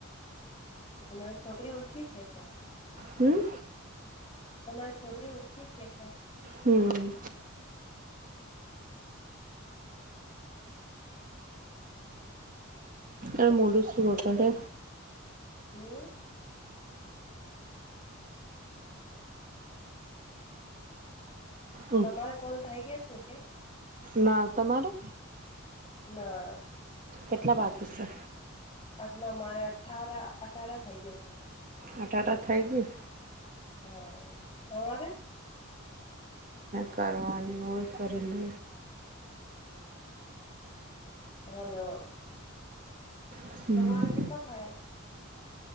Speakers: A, on the left (about 25°); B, on the right (about 40°).
A: તમારી છોકરી ઉડકી છે કે
B: હમ્મ
A: તમાર છોકરી ઉટકી છે કે
B: હમ્મ એ મોડુ સુવકરે
A: હમ્મ
B: હમ
A: તમારે કોલ થઈ ગ્યા છે કે
B: ના, તમારે
A: ના
B: કેટલા બાકી છ?
A: આટલે અમારે અઠારા અટારા થઇ ગયે છે
B: આટાટા થયગી
A: હ, તમારે
B: કારવાની હોય કરી લે
A: હલો
B: લે
A: તમારે કેટલા થયા